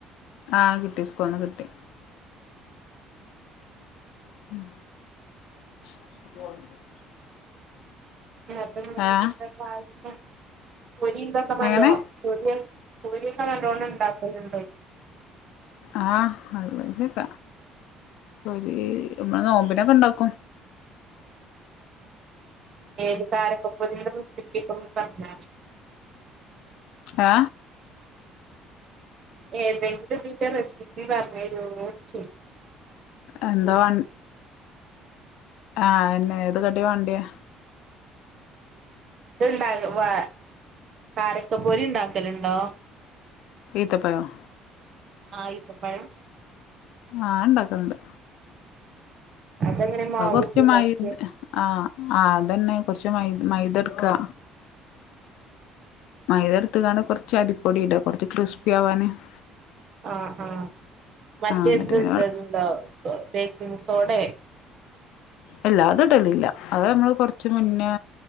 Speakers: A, on the left; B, on the right.
A: ആ കി റിസ്കോണ കിട്ടി ഉം <unintelligible>
B: നേരത്തെ <unintelligible>
A: ഏഹ്
B: ആവശ്യം പൊരി എന്തൊക്കമല്ലോ
A: എങ്ങനെ
B: പൊരി പൊരിക്കെ നല്ലോണം ഉണ്ടാക്കലുണ്ടോ
A: ആ അത് ഒരു കിസ പൊരി നോമ്പിനൊക്കെ ഉണ്ടാക്കും
B: ഏത് കാരക്കപ്പൊതിടെ <unintelligible> ഇപ്പം ഒന്ന് പറഞ്ഞാല്
A: ആ
B: ഏതെങ്കിലും ഇതിന്റെ റെസിപ്പി പറഞ്ഞരോ ഒന്ന് ചോയിക്കാം
A: എന്താവാ ആ ഇന്ന് ഏത് കട്ടിയ വൻഡയ് വേണ്ടിയേ
B: ഇത്ണ്ടവാ കാരക്ക പോരി ഉണ്ടാക്കലുണ്ടോ
A: ഈത്തപ്പഴം
B: ആ ഈത്തപ്പഴം
A: ആ ഇണ്ടാക്കലുണ്ട്
B: അതങ്ങനെ മാവൂട്ടിതാക്കിയ
A: അ കൊറച്ച് മൈദ ആ ആ തന്നെ കൊറച്ച് മൈ മൈദ എടുക്കാ മൈദ എടുത്ത്കാണ്ട് കുറച്ച് അരിപ്പൊടി ഇടുക കുറച്ച് ക്രിസ് - യാവാന <unintelligible>
B: ആഹ് ആ മറ്റെത്
A: എന്നിട്ട് പിന്നെ
B: ഇടലുണ്ടാകും
A: വെ
B: സോറി ബേക്കിംങ് സോഡേ
A: അല്ല അത് ഇടല്ലില്ല അത് നമ്മള് - കൊറച്ച് മുന്നേ